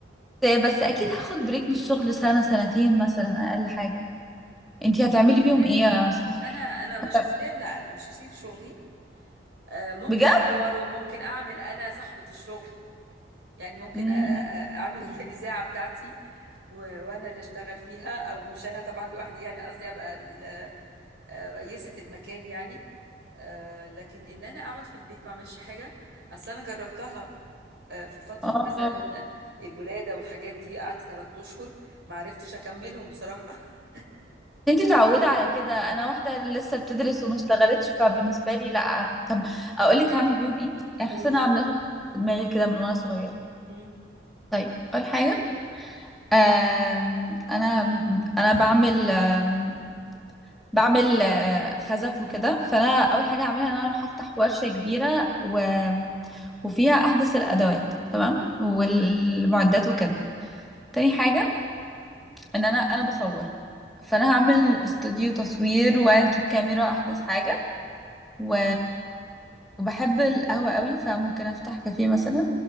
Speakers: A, in the centre; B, on the right.
A: لا بس اكيد هاخد بريك من الشغل سنة سنتين مثلا اقل حاجة انتي هتعملي
B: وخدي
A: بيهم
B: بريك
A: ايه يا سحر؟
B: انا انا ما
A: هت-
B: شخصيا لا انا مش هسيب شغلي آه، ممكن
A: بجد؟
B: اطوره ممكن اعمل انا صاحبة الشغل يعني ممكن
A: مم.
B: أ- أ- اعمل <laughs> الاذاعة بتاعتي و- وانا اللي اشتغل فيها او مش انا طبعا لوحدي يعني قصدي ابقى ال- آه، رئيسة المكان يعني آه، لكن ان انا اقعد في البيت ما اعملش حاجة اصل انا جربتها آه، في فترة
A: اه
B: مثلا الولادة والحاجات دي قعدت 3 اشهر ما عرفتش اكملهم بصراحة <laughs>
A: انتي متعودة على كده انا واحدة لسه بتدرس وما اشتغلتش فبالنسبة لي لا طب اقول لك هعمل بيهم ايه يعني
B: قولي
A: حاسة انا عاملاهم في دماغي كده من وانا صغيرة
B: مم.
A: طيب اول حاجة آم، انا انا بعمل آم، بعمل آه، خزف وكده فانا اول حاجة هعملها ان انا اروح افتح ورشة كبيرة و... وفيها احدث الادوات تمام والمعدات وكده تاني حاجة ان انا انا بصور فانا هعمل استوديو تصوير واجيب كاميرا احدث حاجة و وبحب القهوة قوي فممكن افتح كافيه مثلا